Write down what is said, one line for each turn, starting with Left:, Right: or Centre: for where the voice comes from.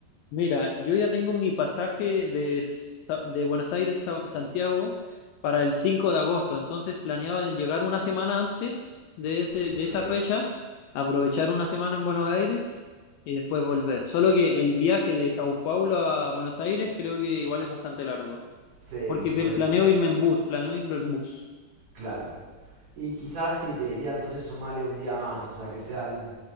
Left: Mira, yo ya tengo mi pasaje de, Sa- de Buenos Aires a Santiago para el 5 de agosto, entonces planeaba de llegar una semana antes de ese,
Right: Ok.
Left: de esa fecha, aprovechar una semana en Buenos Aires y después volver. Solo que el viaje de Sao Paulo a Buenos Aires creo que igual es bastante largo,
Right: Sí,
Left: porque pe-
Right: por eso.
Left: planeo irme en bus, planeo irme en bus.
Right: Claro. Y quizás sí, te diría entonces sumale un día más, o sea, que sean,